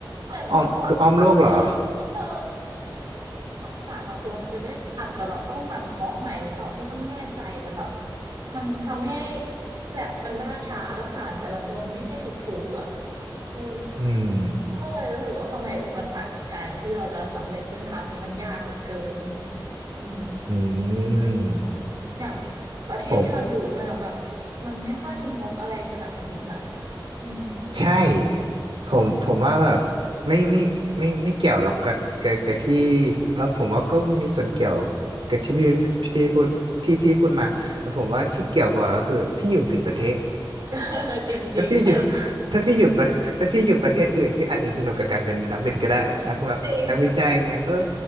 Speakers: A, on the right (about 50°); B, on the right (about 85°).
A: แต่เหมือนว่าเขา
B: อ้อมคืออ้อมโลกเหรอ
A: เออหลอดสารบางตัวมันจะได้อาจจะแบบต้องสั่นเคาะใหม่หรือเปล่าพี่ก็ไม่แน่ใจแต่แบบมันทำให้แลบมันล่าช้าแล้วสารแต่ละตัวมันไม่ใช่ถูกๆอ่ะเออ
B: <laughs> อืม
A: ก็เลยรู้สึกว่าทำไมอุปสรรคการที่เราจะสำเร็จเส้นทางนี้มันยากเหลือเกินอืม
B: อืม
A: อย่างประเทศที่เราอยู่ด้วยเนาะแบบ
B: ผม
A: มันไม่ค่อยมีงบอะไรสนับสนุนอ่ะอืม
B: ใช่ผมผมว่าแบบไม่ไม่ไม่ไม่ไม่เกี่ยวหรอกกับกับกับที่เออผมว่าก็มีส่วนเกี่ยวกับที่พี่ที่พูดที่พี่พูดมาแต่ผมว่าที่เกี่ยวกว่าก็คือพี่อยู่ผิดประเทศ
A: <laughs> จริงจริงอันนี้
B: <laughs> ถ้าพี่อยู่ถ้าพี่อยู่ประถ้าพี่อยู่ประเทศอื่นพี่อาจจะสนุกกับการเป็นนักวิทย์ก็ได้นักแบบนักวิจัยเงี้ยเออ
A: จริง